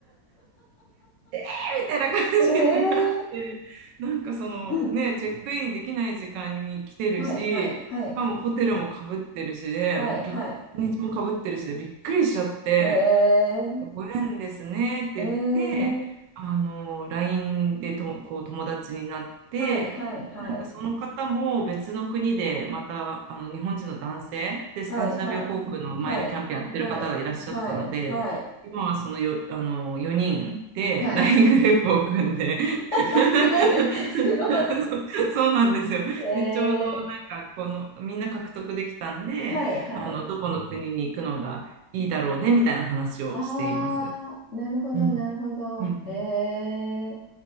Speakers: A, on the right; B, on the left.
A: えーみたいな感じになってなんかそのねチェックインできない時間に来てるし
B: ええうんはい、はい、はい、
A: しかもホテルもかぶってるしでもうびっ日にちもかぶってるしでびっくりしちゃって
B: はい、はい。ええ
A: ご縁ですねって言って、
B: ええ
A: あの、LINE でと、こう友達になって、
B: はい、はい、はい、
A: なんかその方も別の国でまたあの日本人の男性でスカンジナビア航空のマイルキャンペーンやってる方がいらっしゃったので、
B: はい、はい、はい、はい、はい、はい、
A: 今はそのよ、あの4人で
B: はい。
A: LINE グループを組んで <laughs>
B: <laughs> すごい、<laughs> すごい。
A: そうそうなんですよ。
B: ええ
A: で、ちょうどなんかこのみんな獲得できたんで、
B: はい、はい。
A: あのどこの国に行くのがいいだろうねみたいな話をしています。
B: ああ、なるほど、
A: うん。
B: なるほど。
A: うんうん。
B: ええ